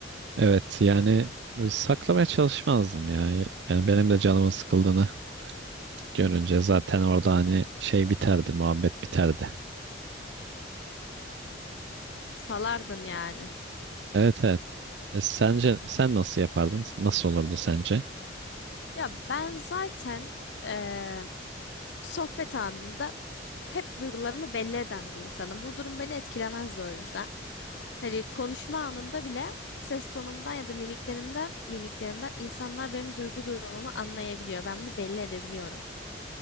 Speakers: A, on the right (about 65°); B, on the left (about 70°).
A: Evet yani saklamaya çalışmazdım ya. Yani benim de canımın sıkıldığını görünce zaten orada hani şey biterdi, muhabbet biterdi.
B: Salardın yani.
A: Evet evet. E, sence sen nasıl yapardın? Nasıl olurdu sence?
B: Ya ben zaten eee, sohbet anında hep duygularımı belli eden bir insanım. Bu durum beni etkilemezdi o yüzden. Hani konuşma anında bile ses tonumdan ya da mimiklerinden, mimiklerimden insanlar benim duygu durumumu anlayabiliyor. Ben bunu belli edebiliyorum.